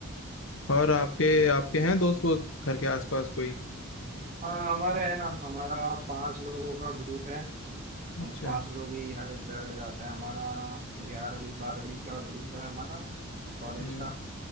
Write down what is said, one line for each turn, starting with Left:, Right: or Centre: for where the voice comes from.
Left: और आपके आपके हैं दोस्त वोस्त घर के आसपास कोई
Right: हाँ हमारे है ना हमारा पांच लोगों का ग्रुप है हम
Left: अच्छा
Right: पांच लोग ही हर जगह जाते हैं हमारा ग्यारहवीं बारहवीं का ग्रुप है हमारा कॉलेज
Left: हम्म
Right: का